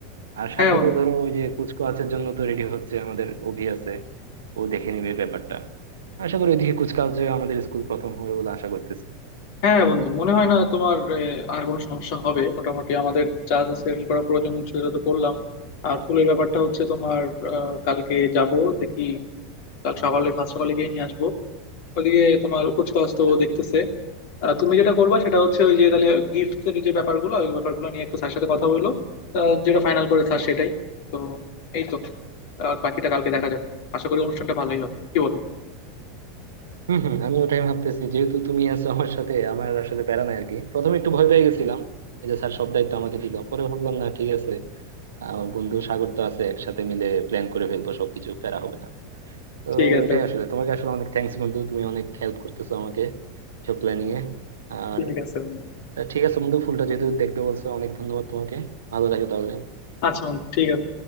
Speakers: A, on the right; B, on the left.
A: আর সাথে
B: হ্যাঁ বন্ধু
A: তো ধরো ওই যে কুচকাওয়াজের জন্য তো রেডি হচ্ছে আমাদের অভি আছে ও দেখে নিবে ব্যাপারটা আশা করি ওইদিকে কুচকাওয়াজে আমাদের স্কুল প্রথম হবে বলে আশা করতেছি
B: হ্যাঁ বন্ধু মনে হয় না তোমার আহ, আর কোনো সমস্যা হবে মোটামুটি আমাদের যা যা সেটেল করা প্রয়োজন সেটা তো করলাম আর ফুলের ব্যাপারটা হচ্ছে তোমার আহ, কালকে যাব দেখি কাল সকালে ভাত সকালে গিয়ে নিয়ে আসবো ওদিকে তোমার কুচকাওয়াজ তো
A: আচ্ছা।
B: দেখতেছে আহ, তুমি যেটা করবা সেটা হচ্ছে ওই যে তাহলে গিফটের যে ব্যাপারগুলো ওই ব্যাপারগুলো নিয়ে একটু স্যার সাথে কথা বললো যেটা ফাইনাল করে স্যার সেটাই তো এই তো আর বাকিটা কালকে দেখা যাক আশা করি অনুষ্ঠানটা ভালোই হবে কি বলো
A: হম হম আমি ওটাই ভাবতেছি যেহেতু তুমি আছো আমার সাথে আমার আসলে প্যারা নাই আর কি প্রথমে একটু ভয় পেয়ে গেছিলাম এই যে স্যার সব দায়িত্ব আমাকে দিল পরে ভাবলাম না ঠিক আছে আহ বন্ধু সাগর তো আছে একসাথে মিলে প্ল্যান করে ফেলবো সবকিছু প্যারা হবে না তো
B: ঠিক আছে
A: এটাই
B: বন্ধু
A: আসলে তোমাকে আসলে অনেক থ্যাঙ্কস বন্ধু তুমি অনেক হেল্প করতেছো আমাকে সব প্ল্যানিং এ আর
B: ঠিক আছে বন্ধু
A: আহ, ঠিক আছে বন্ধু ফুলটা যেহেতু দেখতে বলছো অনেক ধন্যবাদ তোমাকে ভালো থাকো তাহলে
B: আচ্ছা বন্ধু ঠিক আছে